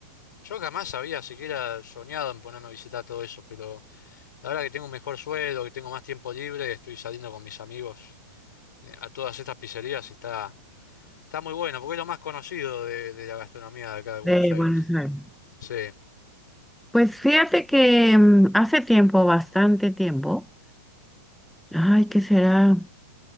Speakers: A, on the left (about 75°); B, in the centre.
A: Yo jamás había siquiera soñado en ponerme a visitar todo eso, pero ahora que tengo un mejor sueldo, que tengo más tiempo libre, estoy saliendo con mis amigos eh, a todas estas pizzerías y está, está muy bueno, porque es lo más conocido de, de la gastronomía de acá de Buenos
B: de
A: Aires.
B: Buenos Aires?
A: Sí,
B: Pues fíjate que mm, hace tiempo, bastante tiempo, ay, ¿qué será?